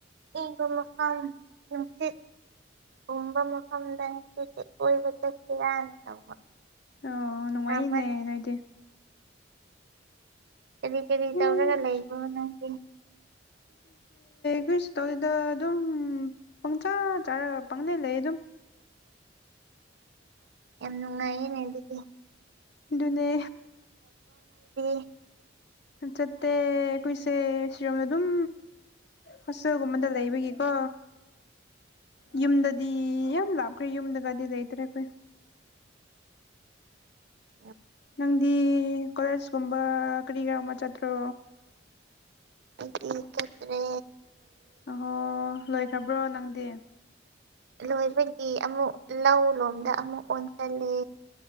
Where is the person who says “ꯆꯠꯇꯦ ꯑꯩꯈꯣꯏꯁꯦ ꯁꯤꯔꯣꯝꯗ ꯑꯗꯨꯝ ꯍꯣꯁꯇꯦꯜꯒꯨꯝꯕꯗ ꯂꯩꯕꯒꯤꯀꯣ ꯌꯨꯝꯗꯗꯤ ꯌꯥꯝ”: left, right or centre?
Left